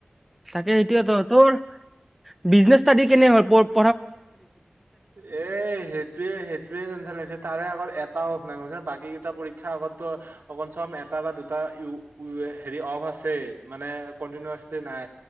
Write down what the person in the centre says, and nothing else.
চাগে সেইটোয় ত তোৰ বিজনেচ দি কেনে হয়